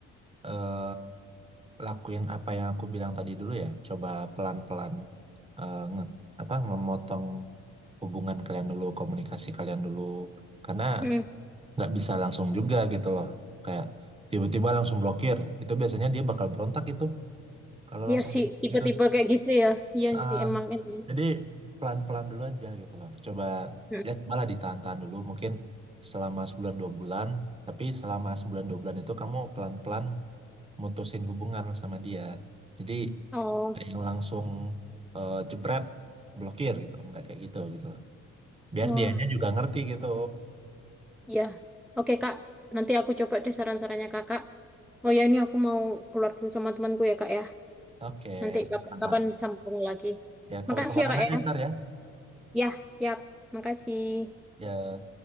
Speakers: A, on the right; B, in the centre.
A: eh, lakuin apa yang aku bilang tadi dulu ya. Coba pelan-pelan eh, nge apa ngemotong hubungan kalian dulu, komunikasi kalian dulu. Karena
B: Mm.
A: nggak bisa langsung juga gitu loh. Kayak tiba-tiba langsung blokir. Itu biasanya dia bakal berontak itu. Kalau
B: Iya
A: langsung
B: sih, tiba-tiba
A: gitu.
B: kayak gitu ya. Iya
A: Ah,
B: sih, emang ini.
A: jadi pelan-pelan dulu aja gitu loh. Coba
B: Mm.
A: ya malah ditahan-tahan dulu mungkin selama sebulan dua bulan. Tapi selama sebulan dua bulan itu kamu pelan-pelan mutusin hubungan sama dia. Jadi
B: Oh.
A: nggak yang langsung eh, jebret blokir gitu. Nggak kayak gitu gitu loh. Biar
B: oh.
A: dianya juga ngerti gitu.
B: Ya, oke Kak. Nanti aku coba deh saran-sarannya Kakak. Oh ya, ini aku mau keluar dulu sama temanku ya Kak ya.
A: Oke,
B: Nanti
A: aman-aman.
B: kap- kapan sambung lagi.
A: Ya kabar-kabaran
B: Makasih ya Kak
A: aja
B: ya.
A: ntar ya.
B: Ya, siap. Makasih.
A: Ya.